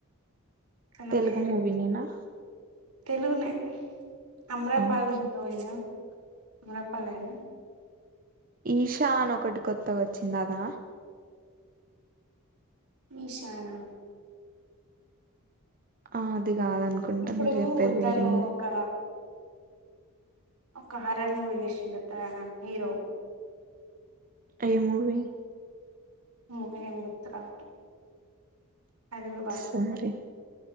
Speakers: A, on the right; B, on the right.
A: తన
B: తెలుగు
A: పేరు
B: మూవీ నేనా
A: తెలుగునే అమాలపాల్
B: ఓకే
A: దగ్గర పొయినా అమారపాల్ ఏనా
B: ఈషా అని ఒకటి కొత్తగా వచ్చింది అదా
A: నిశానా
B: ఆ అది కాదనుకుంట
A: ఇప్పుడు
B: మీరు చెప్పేది వేరేమో
A: తను ఒక ఒక హర్రర్ మూవీ చేసిండు హీరో
B: ఏ మూవీ
A: మూవి నేమ్ గుర్తురాదు అది గూడా బానే
B: సరే
A: ఉంటది